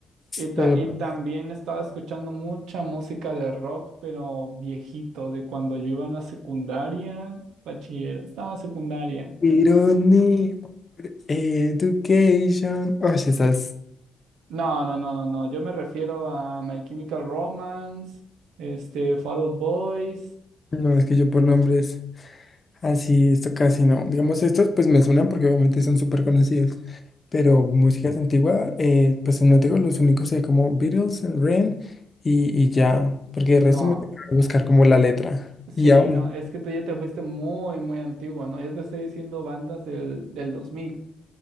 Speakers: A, on the right (about 85°); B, on the left (about 30°).
A: Y, ta-
B: Pero,
A: y
B: pues,
A: también estaba escuchando mucha música de rock, pero viejito, de cuando yo iba en la secundaria, bachiller, estaba secundaria.
B: Irony, Education. Oye, esas,
A: No, no, no, no, no, yo me refiero a My Chemical Romance, este, Fall Out Boys.
B: no, es que yo por nombres así, esto casi no. Digamos, estos pues me suenan porque obviamente son súper conocidos. Pero músicas antiguas, eh, pues no tengo los únicos ahí como Beatles, Ren y, y ya. Porque
A: No,
B: el resto me tengo que buscar como la letra.
A: Sí,
B: Y aún.
A: no, es que tú ya te fuiste muy, muy antigua, ¿no? Yo te estoy diciendo bandas del, del 2000.